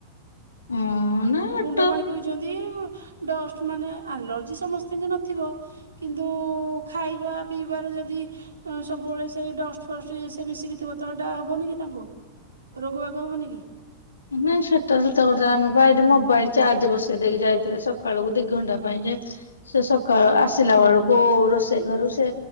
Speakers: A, on the left; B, on the right.
A: ହଁ ନା
B: ଗୁଣ୍ଡ
A: ଅଟୋ
B: ପାଣି ପିଉଛନ୍ତି ଡଷ୍ଟ ମାନେ ଆଲର୍ଜି ସମସ୍ତିଙ୍କି ନଥିବ। କିନ୍ତୁ ଖାଇବା ପିଇବାର ଯଦି ସବୁବେଳେ ସେଇ ଡଷ୍ଟ ଫଷ୍ଟ ଇଏ ସିଏ ମିଶିକି ଥିବ ତ ହେଟା ହବନି କି ତାଙ୍କୁ ରୋଗ ବାଗ ହବନି କି
A: ନାଇଁ ସେଟା ସତ କଥା ଆମେ ପା ଏଠି ମୋବାଇଲ ଚାର୍ଜ ରେ ବସେଇ ଦେଇକି ଯାଇଥିଲେ ସକାଳକୁୁ ଦି ଘଣ୍ଟା ପାଇଁ ଯେ ସେ ସକାଳ ଆସିଲା ବେଳକୁ ରୋଷେଇ ଘରୁ ସେ